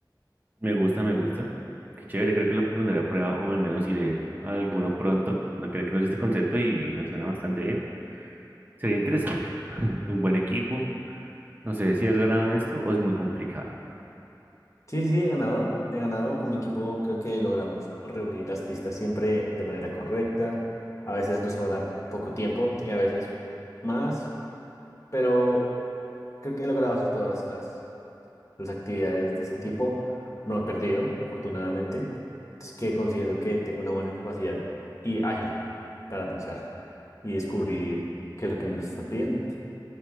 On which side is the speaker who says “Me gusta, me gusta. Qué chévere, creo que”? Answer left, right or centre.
Right